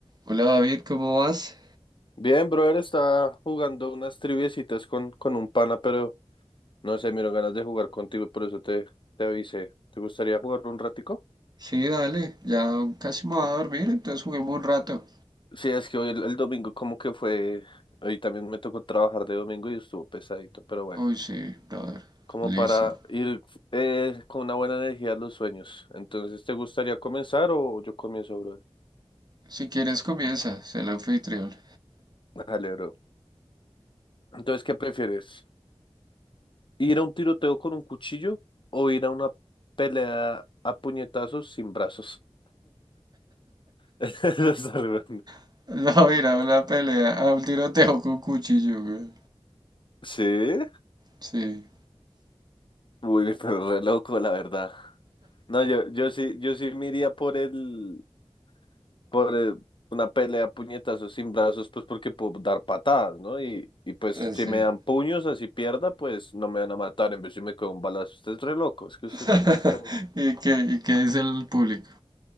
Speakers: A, on the right; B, on the left.
A: Hola David, ¿cómo vas?
B: Bien, brother, está jugando unas triviecitas con, con un pana, pero no sé, me dieron ganas de jugar contigo, por eso te, te avisé. ¿Te gustaría jugar un ratico?
A: Sí, dale, ya casi me voy a dormir, entonces juguemos un rato.
B: Sí, es que hoy el, el domingo como que fue, hoy también me tocó trabajar de domingo y estuvo pesadito, pero bueno,
A: Uy, sí, brother,
B: como
A: listo.
B: para ir eh, con una buena energía a los sueños. Entonces, ¿te gustaría comenzar o yo comienzo, brother?
A: Si quieres comienza, sé el anfitrión.
B: Dale, bro. Entonces, ¿qué prefieres? ¿Ir a un tiroteo con un cuchillo o ir a una pelea a puñetazos sin brazos? <laughs> No sabe
A: <laughs> No, mira, una pelea, a un tiroteo con cuchillo, güey.
B: Sí,
A: Sí,
B: uy, pero re loco, la verdad. No, yo, yo sí, yo sí me iría por el, por el- una pelea a puñetazos sin brazos, pues porque puedo dar patadas, ¿no? Y, y pues
A: pues
B: si
A: sí.
B: me dan puños así pierda, pues no me van a matar, en vez si me quedo un balazo. Usted es re loco, es que usted
A: <laughs>
B: también está.
A: ¿Y qué, y qué dice el público?